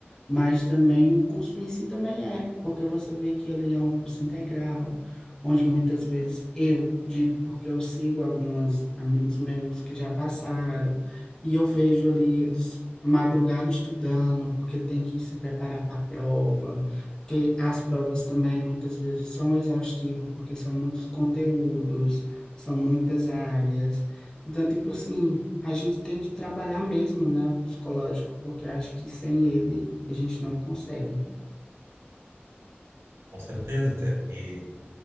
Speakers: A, on the left (about 20°); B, on the right (about 85°).
A: mas também o curso em si também é, porque você vê que ele é um curso integral, onde muitas vezes eu digo, porque eu sigo alguns amigos meus que já passaram, e eu vejo ali eles madrugar estudando, porque tem que se preparar para a prova, porque as provas também muitas vezes são exaustivas, porque são muitos conteúdos, são muitas áreas. Então, tipo assim, a gente tem que trabalhar mesmo, né, o psicológico, porque eu acho que sem ele a gente não consegue.
B: Com certeza, cara. E,